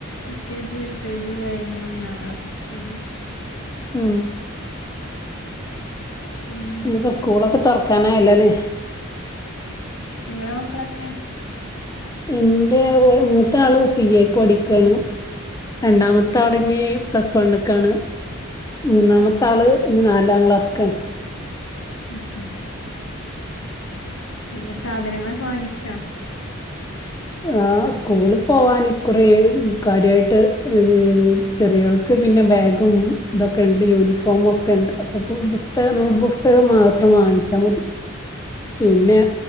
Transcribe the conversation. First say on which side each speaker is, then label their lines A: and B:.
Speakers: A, on the left; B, on the left.
A: L K G U K ജിയും കഴിഞ്ഞു ഒന്നാം ക്ലാസുക്കാണ്
B: ഉം
A: പിന്നെ
B: ഇനിയിപ്പോ സ്കൂളൊക്കെ തൊറക്കാനായല്ലോ അല്ലേ
A: നിങ്ങടെ മക്കളൊക്കെ
B: എന്റെ ഒരു മൂത്ത ആള് സി എക്ക് പഠിക്കാണ് രണ്ടാമത്തെ
A: ഉം
B: ആള് ഇനിയും പ്ലസ് വണ്ണുക്കാണ് മൂന്നാമത്തെ
A: ഉം
B: ആള് ഇനി നാലാം ക്ലാസ്ക്കാണ്
A: ഉം ഉം പിന്നെ സാധനങ്ങളൊക്കെ വാങ്ങിച്ചോ
B: ആഹ് സ്കൂളിൽ പോവാൻ കുറേ കാര്യവായിട്ട് ഏ ചെറിയ ക്ക് പിന്നെ ബാഗും ഇതൊക്കെ ഉണ്ട് യൂണിഫോമ് ഒക്കെ ഉണ്ട് അപ്പോ പുസ്തകം നോട്ട് പുസ്തകം മാത്രം വാങ്ങി ച്ചാ മതി പിന്നെ